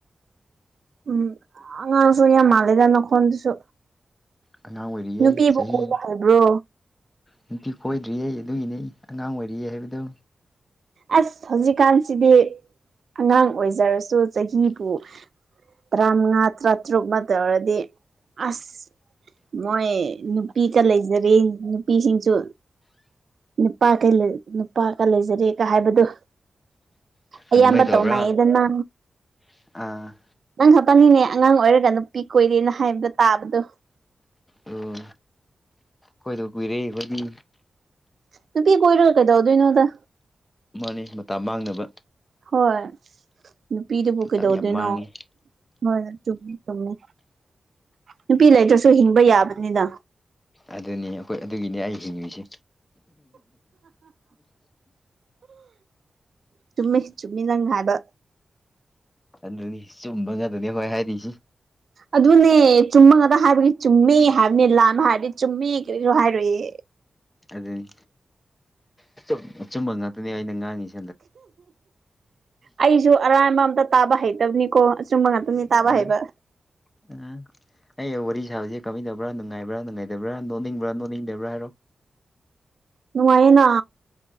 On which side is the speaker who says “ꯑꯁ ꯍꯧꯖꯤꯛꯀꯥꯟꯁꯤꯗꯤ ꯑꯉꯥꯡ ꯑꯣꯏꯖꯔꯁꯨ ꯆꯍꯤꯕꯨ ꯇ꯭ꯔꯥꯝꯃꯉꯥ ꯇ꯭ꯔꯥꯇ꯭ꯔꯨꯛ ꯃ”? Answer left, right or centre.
Right